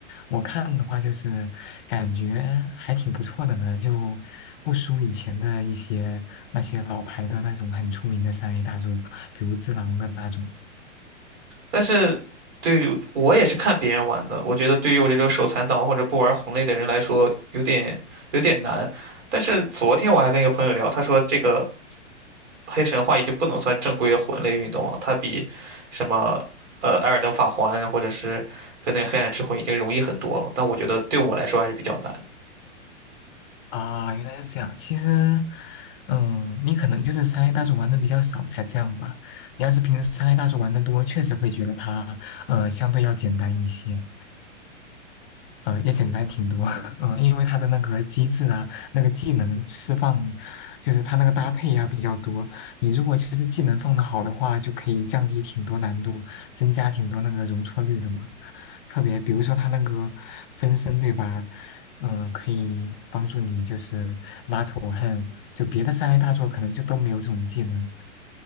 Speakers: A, on the left; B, on the right.
A: 我看的话就是感觉还挺不错的呢，就不输以前的一些那些老牌的那种很出名的三 A 大作，比如《只狼》的那种。
B: 但是对于我也是看别人玩的，我觉得对于我这种手残党或者不玩魂类的人来说，有点有点难。但是昨天我还跟一个朋友聊，他说这个黑神话已经不能算正规的魂类运动了，它比什么呃《艾尔登法环》或者是跟那个《黑暗之魂》已经容易很多了，但我觉得对我来说还是比较难。
A: 啊，原来是这样。其实，嗯，你可能就是三 A 大作玩的比较少才这样吧。你要是平时三 A 大作玩的多，确实会觉得它，呃，相对要简单一些，呃，也简单挺多。<laughs> 嗯，因为它的那个机制啊，那个技能释放，就是它那个搭配啊比较多。你如果就是技能放的好的话，就可以降低挺多难度，增加挺多那个容错率的嘛。特别，比如说它那个分身，对吧？嗯、可以帮助你就是拉仇恨，就别的三 A 大作可能就都没有这种技能，